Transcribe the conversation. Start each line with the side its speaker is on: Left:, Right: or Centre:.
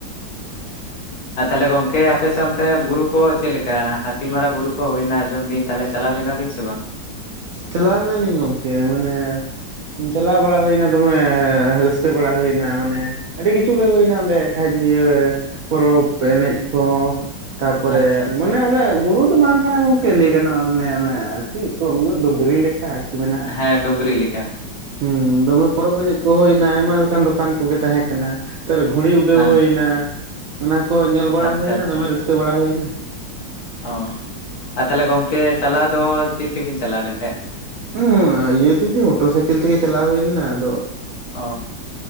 Left: ᱟᱨ ᱛᱟᱦᱚᱞᱮ ᱜᱚᱝᱠᱮ ᱟᱯᱮ ᱥᱮᱫ ᱚᱱᱛᱮ ᱵᱩᱨᱩ ᱠᱚ ᱪᱮᱫ ᱞᱮᱠᱟ? ᱦᱟᱹᱛᱤ ᱢᱟᱨᱟᱜ ᱵᱩᱨᱩ ᱠᱚ ᱦᱩᱭᱱᱟ ᱟᱸᱡᱚᱢ ᱫᱤᱱ᱾ ᱛᱟᱦᱚᱞᱮ ᱪᱟᱞᱟᱣ ᱞᱮᱱᱟ ᱵᱤᱱ ᱥᱮ ᱵᱟᱝ?
Right: ᱪᱟᱞᱟᱣ ᱞᱮᱱᱟ ᱞᱤᱧ ᱜᱚᱢᱠᱮ, ᱢᱟᱱᱮ ᱪᱟᱞᱟᱣ ᱵᱟᱲᱟ ᱦᱩᱭᱱᱟ ᱫᱚᱢᱮ, ᱨᱟᱹᱥᱠᱟᱹ ᱵᱟᱲᱟ ᱦᱩᱭ ᱱᱟ ᱢᱟᱱᱮ ᱟᱹᱰᱤ ᱠᱤᱪᱷᱩ ᱜᱮ ᱦᱩᱭᱱᱟ ᱚᱸᱰᱮ ᱠᱷᱟᱡ ᱤᱭᱟᱹ ᱯᱚᱨᱚᱵᱽ ᱮᱱᱮᱡ ᱠᱚ᱾ ᱛᱟᱯᱚᱨᱮ
Left: ᱟᱪᱪᱷᱟ ᱟᱪᱪᱷᱟ
Right: ᱢᱟᱱᱮ ᱚᱱᱮ ᱵᱩᱨᱩ ᱫᱚ ᱵᱟᱝ ᱠᱟᱱᱟ ᱜᱚᱝᱠᱮ ᱞᱟᱹᱭ ᱜᱟᱱᱚᱜᱼᱟ ᱢᱟᱱᱮ ᱚᱱᱮ ᱟᱨᱠᱤ ᱠᱚᱢ ᱧᱚᱜ ᱰᱩᱝᱨᱤ ᱞᱮᱠᱟ ᱟᱨᱠᱤ ᱢᱮᱱᱟᱜᱼᱟ᱾
Left: ᱦᱮᱸ ᱰᱩᱝᱨᱤ ᱞᱮᱠᱟ
Right: ᱦᱮᱸ ᱫᱚᱢᱮ ᱯᱚᱨᱚᱵᱽ ᱮᱱᱮᱡ ᱠᱚ ᱦᱩᱭᱱᱟ ᱟᱭᱢᱟ ᱞᱮᱠᱟᱱ ᱫᱚᱠᱟᱱ ᱠᱚᱜᱮ ᱛᱟᱦᱮᱸ ᱠᱟᱱᱟ᱾ ᱱᱮᱛᱟᱨ ᱜᱷᱩᱲᱤ ᱩᱰᱟᱹᱣ
Left: ᱦᱮᱸ
Right: ᱦᱩᱭᱱᱟ ᱚᱱᱟ ᱠᱚ ᱧᱮᱞ ᱵᱟᱲᱟ
Left: ᱟᱪᱪᱷᱟ
Right: ᱦᱩᱭᱱᱟ
Left: ᱟᱪᱪᱷᱟ
Right: ᱫᱚᱢᱮ ᱨᱟᱹᱥᱠᱟᱹ ᱵᱟᱲᱟ ᱦᱩᱭᱱᱟ᱾
Left: ᱚ, ᱟᱨ ᱛᱟᱦᱚᱞᱮ ᱜᱚᱝᱠᱮ ᱪᱟᱞᱟᱣ ᱫᱚ ᱪᱮᱫ ᱛᱮᱵᱤᱱ ᱪᱟᱞᱟᱣ ᱞᱮᱱ ᱛᱟᱦᱮᱸᱫ?
Right: ᱩ ᱻ ᱤᱭᱟᱹ ᱛᱮᱜᱮ ᱢᱚᱴᱚᱨ ᱥᱟᱭᱠᱮᱞ ᱛᱮᱜᱮ ᱪᱟᱞᱟᱣ ᱦᱩᱭ ᱞᱮᱱᱟ ᱟᱫᱚ᱾
Left: ᱚ,